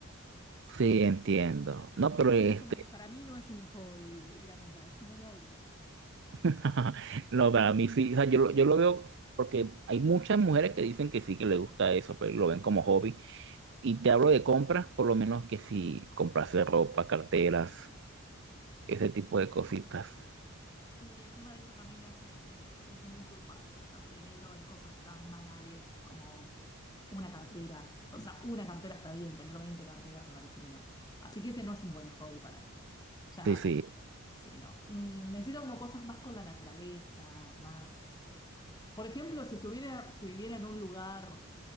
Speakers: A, on the right; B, on the left.
A: sí, entiendo. No, pero
B: Por
A: este.
B: eso es como que para mí no es un hobby ir a comprar, es como una obligación.
A: <laughs> No, para mí sí, o sea, yo, lo- yo lo veo porque hay muchas mujeres que dicen que sí, que les gusta eso, pero lo ven como hobby. Y te hablo de compras, por lo menos que si comprarse ropa, carteras, ese tipo
B: Eh,
A: de cositas.
B: Sí, el tema de eso que a mí me hace, me, me siento muy culpable gastando dinero en cosas tan banales como una cartera. O sea, una cartera está bien, tener 20 carteras me parece que no. Así que ese no es un buen hobby para mí. Ya,
A: Sí, sí,
B: sí, no. Mm, necesito como cosas más con la naturaleza, más... Por ejemplo, si estuviera, si viviera en un lugar